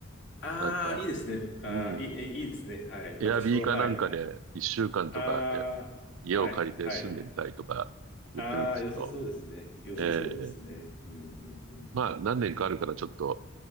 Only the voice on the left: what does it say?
ああ、
いいですね。ああ、
いい、えいいですね。はい。
私も、はい。ああ、
はい、はい。ああ、良さそうですね。良さそうですね。
うん、うん、うん、
うん。